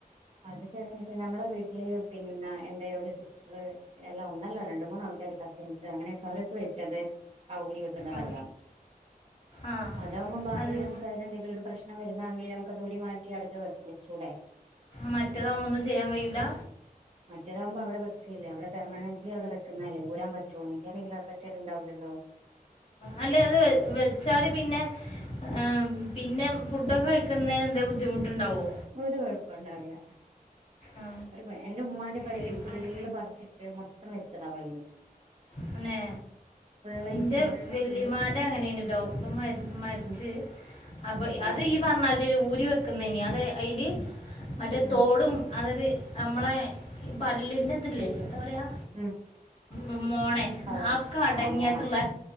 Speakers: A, on the right; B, on the left.
A: അത് തെരഞ്ഞ്ട്ട് നമ്മളെ വീട്ടില് പിന്നെ എന്റെറെ ഒരു സിസ്റ്റർ എല്ല ഒന്നല്ലോ രണ്ട് മൂന്ന് ആൾക്കാര് കസിൻസ് അങ്ങനെയൊക്കെ അവരൊക്കെ വെച്ചത് ആ ഊരി വെക്കുന്നപല്ല
B: ആ. ആ
A: അതാവുമ്പോ ഭാവിൽ
B: അല്ല
A: നമുക്ക് അതിനെ എന്തെങ്കിലും ഒരു പ്രശ്നം വരും ഇന്നാങ്കിൽ നമുക്ക് ഊരി മാറ്റി അടുത്ത് വച്ചൂടെ
B: മറ്റേതാവുമ്പോ ഒന്നും ചെയ്യാൻ കഴിയൂലാ
A: <inaudible> മറ്റേതാവുമ്പോ അവിടെ വെക്കല്ലേ അവിടെ പെർനന്റ്ലി അവിടെ വെക്കുന്നല്ലേഊരൻ പറ്റുമോ എനിക്ക റിയില്ലപറ്റലുണ്ടാവൂലല്ലോ
B: അല്ലെ അത് വെച്ചാല് പിന്നെ ആ പിന്നെ ഫുഡൊക്കെ കഴിക്കുന്നന് എന്തെങ്കിലും ബുദ്ധിമുട്ടുണ്ടാവോ
A: ഒരു കുഴപ്പ ഉണ്ടാവില്ല
B: ആ,
A: ഒരു എന്റെ ഉമ്മാന്റെ പല്ല്
B: ചോദിക്കാം
A: ഫുള്ള് പറിച്ചി എ മൊത്തം വെച്ചതാ പല്ല്
B: തന്നെ
A: ഫുള്ളായിട്ട്
B: ഇന്റെ
A: മൊത്തത്തില്
B: വെല്ലിമാന്റെ അങ്ങനെ ട്ടോന്ന് ഇപ്പൊ മരിച്ച്
A: ഉം
B: അപ്പൊ അത്
A: ആഹ്
B: ഈ പറഞ്ഞാൽ ഊരി വെക്കുന്നതിന് അത് അതിന് മറ്റേ
A: ഉം
B: തോടും അതത് നമ്മളെ ഈ പല്ലിന്റെ ഇതില്ലേ എന്താ പറയാ
A: ഉം
B: ഉ മോണെ
A: കവറോ
B: ആക്കെടങ്ങിയിട്ടുള്ള
A: ആ മോണോ